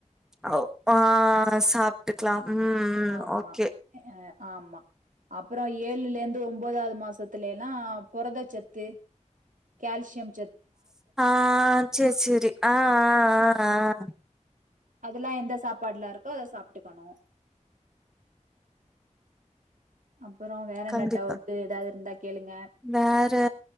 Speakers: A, in the centre; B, on the right (about 85°).
A: அப்பா சாப்ட்டுக்லாம் ம் ம்
B: ஆமா
A: ஓகே
B: எ ஆமா அப்பறோ ஏழுல இர்ந்து ஒம்போதாவது மாசத்துல எல்லா புரதச்சத்து கேல்சியம்
A: ஆ சேரி சேரி அ அ அ அ
B: அதெல்லா எந்த சாப்பாடுல இருக்கோ அத சாப்ட்டுக்கணு அப்பறோ வேற என்ன
A: கண்டிப்பா
B: டவுட்டு ஏதாவது இருந்தா கேளுங்க
A: வேற